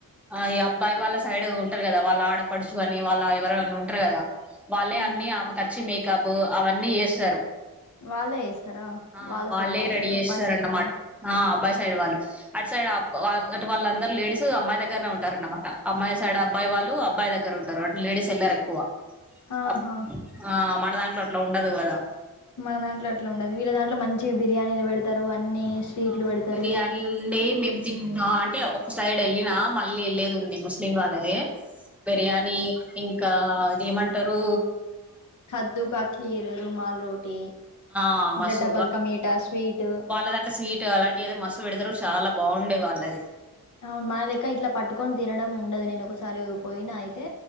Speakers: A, in the centre; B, on the left.
A: ఆ అబ్బాయి వాళ్ళ సైడ్ ఉంటారు కదా వాళ్ళ ఆడపడుచు అని వాళ్ళ ఎవర ఉంటారు కదా వాళ్ళే
B: హ్మ్.
A: అన్ని ఆమెకిచ్చి మేకప్ అవన్నీ చేస్తారు
B: వాళ్ళే వేస్తారా
A: ఆ
B: వాళ్ళ
A: వాళ్ళే
B: సైడ్ వాళ్ళు
A: రెడీ చేస్తారన్నమాట
B: అబ్బాయి సైడ్ వాళ్ళు
A: ఆ అబ్బాయి సైడ్ వాళ్ళు అటు సైడ్ అటు వాళ్ళందరుూ లేడీస్ అమ్మాయి దగ్గరనే ఉంటారు అన్నమాట అమ్మాయి సైడ్ అబ్బాయి వాళ్ళు అబ్బాయి దగ్గర ఉంటారు అ లేడీస్ వెళ్లారు ఎక్కువ
B: ఆహా
A: అ ఆ మన దాట్లా ఉండదు కదా
B: మన దాంట్లో అట్లా ఉండదు వీళ్ళ దాంట్లో మంచి బిర్యానీలు పెడతారు అన్ని స్వీట్లు
A: అవును
B: పెడతారు
A: బిర్యానీ ఉండే మేం తిం తే ఒక సైడ్ వెళ్ళినా మళ్ళీ వెళ్ళేది ఉంది ముస్లిం వాళ్ళది బిర్యానీ ఇంకా ఇకా అదేమంటారు
B: కద్దుూ కా ఖీర్ రుమాల్ రోటీ
A: ఆ మస్త్
B: ఇట్లా డబల్ కా మీఠా స్వీట్
A: వాళ్ళదాంట్లో స్వీట్ అలాంటి ఏదో మస్తు పెడతారు చాలా బాగుండే వాళ్ళది
B: అవును మన లెక్క ఇట్లా పట్టుకొని తినడం ఉండదు నేను ఒకసారి పోయిన అయితే